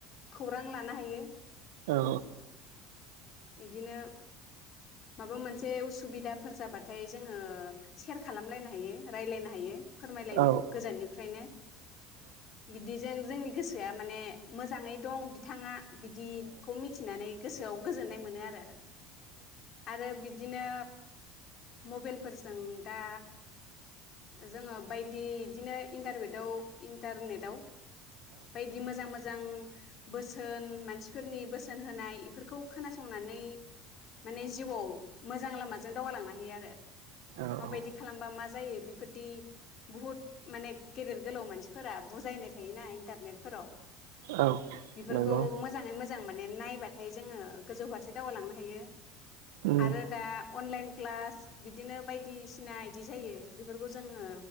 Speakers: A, on the left (about 50°); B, on the right (about 80°).
A: खौरां लानो हायो,
B: औ,
A: इदिनो माबा मोनसे उसुबिदाफोर जाबाथाय जोंङो ओ सेर खालामलायनो हायो रायलायनो हायो फोरमायलायनो
B: औ
A: गोजाननिफ्रायनो बिदि जों जोंनि गोसोआ माने मोजाङै दं बिथाङा बिदिखौ मिथिनानै गोसोआव गोजोननाय मोनो आरो। आरो बिद दिनो मबाइलफोरजों दा जोङो बायदि इदिनो इन्टारबेटआव इन्टारनेटआव बायदि मोजां मोज जां बोसोन मानसिफोरनि बोसोन होनाय इफोर खौ खोनासंनानै माने जिउआव मोजां लामाजों दावगालांनो हायोआरो
B: औ
A: माबायदि
B: औ
A: खालामबा मा जायो बिब फोदि बहुत माने गेदेर गोलाव मानसिफोरा बुजायनाय थायोना इन टारनेट फोराव
B: औ
A: बेफोरखौ
B: नंगौ
A: मोजाङै मो जां माने नायबाथाय जोङो गोजौ फारसे दावगालांनो हायो।
B: उम
A: आरो दा अनलाइन क्लास बिदिनो बायदिसिना इदि जायो बेफोरखौ जोङो